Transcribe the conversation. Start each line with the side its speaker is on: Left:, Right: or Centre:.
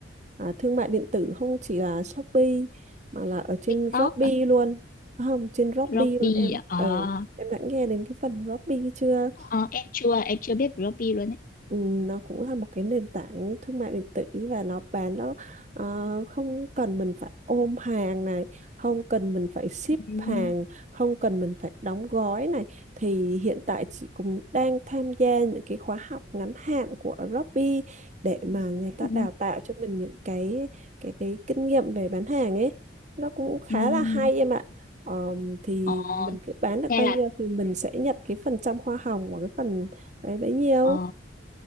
Right: à, thương mại điện tử không chỉ là Shopee mà là ở trên
Left: TikTok
Right: Robby
Left: à?
Right: luôn không trên Robby
Left: Robby
Right: luôn em
Left: à?
Right: ừ
Left: Ờ,
Right: em đã nghe đến cái phần Robby chưa
Left: ờ, em chưa em chưa biết Robby luôn ấy.
Right: Ừ, nó cũng là một cái nền tảng thương mại điện tử và nó bán nó ờ, không cần mình phải ôm hàng này không cần mình phải ship
Left: Ừ,
Right: hàng không cần mình phải đóng gói này thì hiện tại chị cũng đang tham gia những cái khóa học ngắn hạn của Robby để mà người ta
Left: ừ,
Right: đào tạo cho mình những cái cái cái kinh nghiệm về bán hàng ấy nó cũng khá
Left: ừ.
Right: là hay em ạ Ờm, thì
Left: Ờ,
Right: mình cứ bán được
Left: thế
Right: bao
Left: là
Right: nhiêu thì mình sẽ nhận cái phần trăm hoa hồng của cái phần đấy bấy nhiêu
Left: ờ,